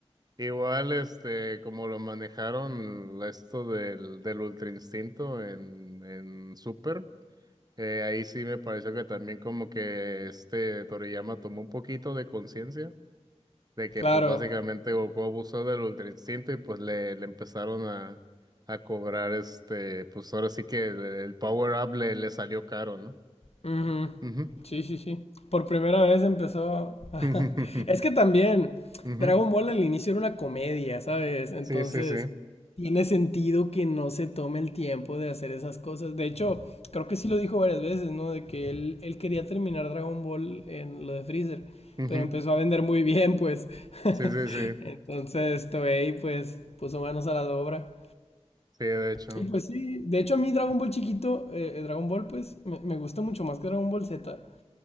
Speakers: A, on the right; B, on the left.
A: Igual, este, como lo manejaron esto del, del ultra instinto en, en Super. Eh, ahí sí me pareció que también como que este Toriyama tomó un poquito de conciencia de que
B: claro.
A: pues básicamente Goku abusó del Ultra Instinto y pues le, le empezaron a, a cobrar este, pues ahora sí que el, el power up le, le salió caro, ¿no?
B: Ujú.
A: Ujú.
B: Sí, sí, sí. Por primera vez empezó... <laughs>
A: <laughs>
B: Es que también
A: Ujú.
B: Dragon Ball al inicio era una comedia, ¿sabes? Entonces
A: Sí, sí, sí.
B: tiene sentido que no se tome el tiempo de hacer esas cosas. De hecho, creo que sí lo dijo varias veces, ¿no? De que él, él quería terminar Dragon Ball en lo de Freezer,
A: Ujú.
B: pero empezó a vender muy bien, pues. <laughs>
A: Sí, sí, sí.
B: Entonces Toei, pues, puso manos a la obra.
A: Sí, de hecho.
B: Y pues sí, de hecho a mí Dragon Ball chiquito, eh, eh, Dragon Ball pues me, me gusta mucho más que Dragon Ball Z